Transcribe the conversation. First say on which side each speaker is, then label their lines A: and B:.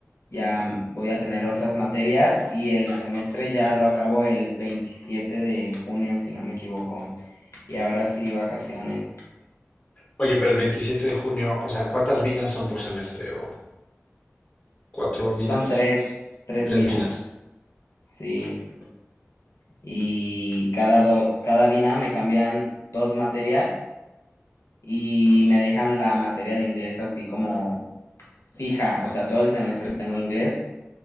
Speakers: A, on the left (about 80°); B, on the left (about 25°).
A: Ya mm, voy a tener otras materias y el semestre ya lo acabo el 27 de junio, si no me equivoco. Y ahora sí, vacaciones.
B: Oye, pero el 27 de junio, o sea, ¿cuántas vinas son por semestre? ¿O cuatro vinas?
A: Son tres, tres
B: Tres
A: binas.
B: vinas.
A: Sí. Y cada, do- cada bina me cambian dos materias y me dejan la materia de inglés así como fija. O sea, todo el semestre tengo inglés,